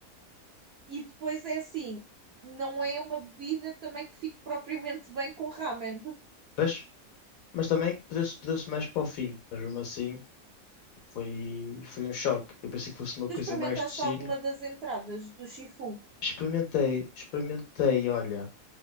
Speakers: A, on the right; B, on the left.
A: E depois é assim, não é uma bebida também que fique propriamente bem com ramen.
B: pois. Mas também pediu-se pediu-se mais para o fim, mas mesmo assim foi, foi um choque. Eu pensei que fosse uma
A: Tu
B: coisa
A: experimentaste
B: mais docinha.
A: alguma das entradas do Shifu?
B: Experimentei, experimentei, olha,